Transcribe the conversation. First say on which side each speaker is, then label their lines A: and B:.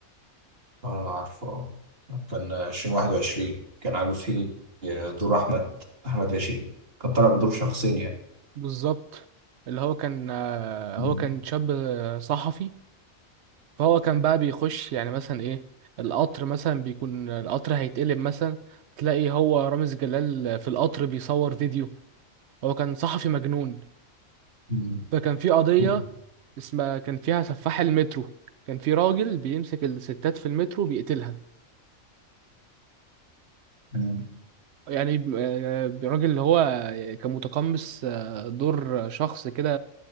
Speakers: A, on the right; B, on the right.
A: اه عارفه آه. كان 2021 كان عامل فيه آه، دور احمد احمد لاشين كان طالع بدور شخصين يعني
B: بالظبط اللي هو كان هو
A: مم.
B: كان شاب صحفي فهو كان بقى بيخش يعني مثلا ايه القطر مثلا بيكون القطر هيتقلب مثلا تلاقي هو رامز جلال في القطر بيصور فيديو هو كان صحفي مجنون
A: مم.
B: فكان في قضية
A: مم.
B: اسمها كان فيها سفاح المترو كان في راجل بيمسك الستات في المترو بيقتلها
A: مم.
B: يعني ب- آه، الراجل اللي هو كان متقمص آه، دور شخص كده